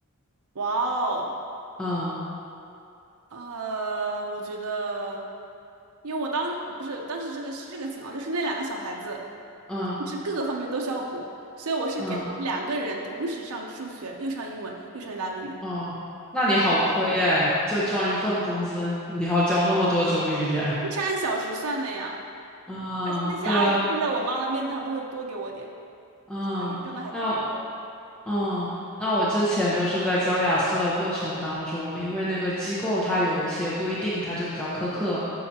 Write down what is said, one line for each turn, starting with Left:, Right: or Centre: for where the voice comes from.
Right: 哇哦，
Centre: 嗯
Right: 呃，我觉得，因为我当不是当时这个是这个情况，就是那两个小孩子
Centre: 嗯
Right: 是各个方面都需要补，所以我是给他们两个人同时上数学，
Centre: 嗯
Right: 又上英文，又上意大利语，
Centre: 哦，那你好亏哎，就赚一份工资，你要教那么多种语言。
Right: 那是按小时算的呀。
Centre: <laughs> 嗯，
Right: 而且那些阿姨看在我妈的面子上，
Centre: 对啊，
Right: 都会多给我点，
Centre: 嗯，
Right: 挣的还挺多的
Centre: 那嗯，那我之前就是在教雅思的过程当中，因为那个机构它有一些规定，它就比较苛刻。